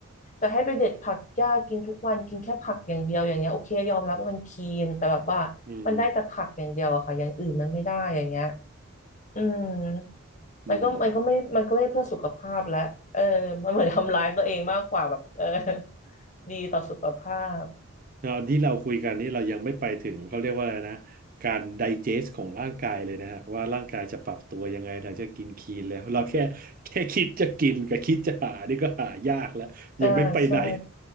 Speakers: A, on the left (about 35°); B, on the right (about 40°).
A: แต่ให้ไปเด็ดผักหญ้ากินทุกวันกินแค่ผักอย่างเดียวอย่างเงี้ยโอเคยอมรับว่ามันคีนแต่แบบว่ามันได้แต่ผักอย่างเดียวอะค่ะอย่างอื่นมันไม่ได้อย่างเงี้ย
B: อืม
A: อืม
B: อืม
A: มันก็มันก็ไม่มันก็ไม่เพื่อสุขภาพแล้วเออมันเหมือนทำร้ายตัวเองมากกว่าแบบเออดีต่อสุขภาพ
B: เราที่เราคุยกันนี่เรายังไม่ไปถึงเขาเรียกว่าอะไรนะการไดเจสของร่างกายเลยนะฮะว่าร่างกายจะปรับตัวยังไงถึงจะกินคีนแล้วเราแค่แค่คิดจะกินกับคิดจะหานี่ก็หายากแล้วยังไม่ไปไหน
A: อ่าใช่